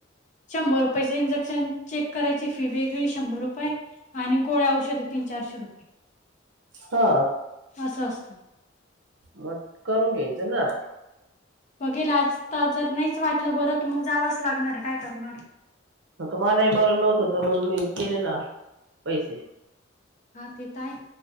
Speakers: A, on the left (about 40°); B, on the right (about 65°).
A: शंभर रुपयाच इंजेक्शन चेक करायची फी वेगळी शंभर रुपये आणि गोळ्या औषधे तीन चारशे रु
B: हा
A: असं असत
B: मग करून घ्यायच ना
A: बघेल आज तर जर नाहीच वाटलं बरं तर मग जावच लागणार काय करणार
B: त मलाही बरं नव्हत होत मग मी गेले ना पैसे
A: हा ते तर आहे